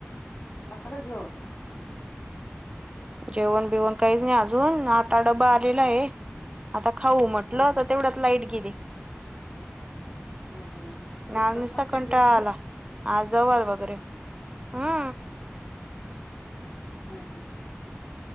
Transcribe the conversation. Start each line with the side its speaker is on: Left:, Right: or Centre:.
Left: झालं जेवण?
Right: जेवण बिवण काहीच नाही अजून आता डबा आलेलायं आहे, आता खाऊ म्हटलं
Left: हम्म
Right: तर तेवढ्यात लाईट गेली.
Left: हम्म.
Right: ना नुसता
Left: लाईट
Right: कंटाळा
Left: गेली.
Right: आला. आज जवळ वगैरे हा.
Left: हा हा.